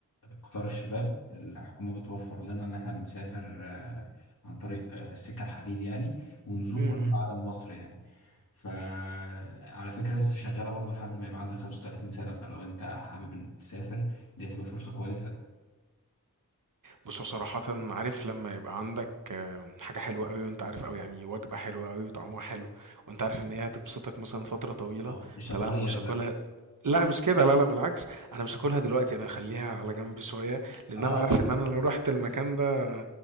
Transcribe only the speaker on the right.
امم
بص هو صراحة عارف لما يبقى عندك آه، حاجة حلوة قوي وانت عارف او يعني وجبة حلوة قوي وطعمها حلو وانت عارف ان هي هتبسطك مثلا فترة طويلة
فلا
انا مش
هاكلها لا مش كده لا لا بالعكس انا مش هاكلها دلوقتي انا هخليها على جنب شويه لان
انا عارف ان انا لو رحت المكان ده